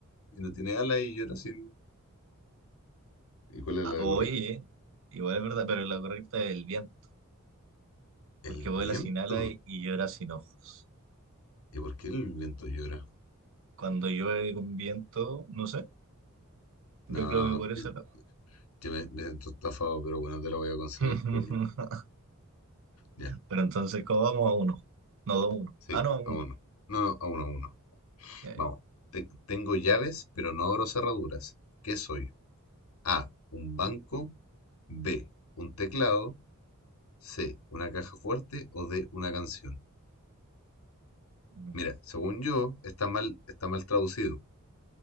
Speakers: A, on the left (about 75°); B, on the right (about 60°).
A: y no tiene alas y llora sin... ¿Y cuál es
B: Ah,
A: la
B: oye,
A: correcta?
B: eh, igual es verdad, pero la correcta es el viento,
A: El
B: porque
A: viento.
B: vuela sin ala y, y llora sin ojos.
A: ¿Y por qué el viento llora?
B: Cuando llueve con viento, no sé,
A: No,
B: yo creo que por
A: que-
B: eso era.
A: que me, me siento estafado, pero bueno, te la voy a conceder
B: <laughs>
A: por... Ya,
B: Pero entonces, ¿cómo vamos a uno? No, dos, uno.
A: sí,
B: Ah, no, a uno.
A: a uno. No, a uno, a uno.
B: Ya,
A: Vamos.
B: ya.
A: Te- tengo llaves, pero no abro cerraduras. ¿Qué soy? A, un banco. B, un teclado. C, una caja fuerte. O D, una canción.
B: Mm.
A: Mira, según yo, está mal, está mal traducido,